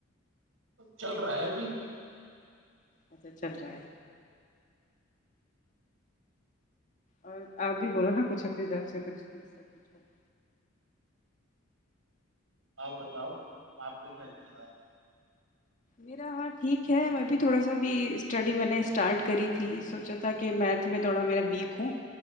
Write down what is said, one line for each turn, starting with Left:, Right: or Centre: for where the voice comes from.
Right: چل رہا ہے اب
Left: اچھا چل رہا ہے اور آپ بھی بولو نا کچھ اپنی طرف سے کچھ سے کچھ ہو <inaudible>
Right: آپ بتاؤ آپ کا کیا چل رہا ہے
Left: میرا ہاں ٹھیک ہے میں بھی تھوڑا سا بھی اسٹڈی میں نے اسٹارٹ کری تھی سوچا تھا کہ میتھ میں تھوڑا ما ویک ہوں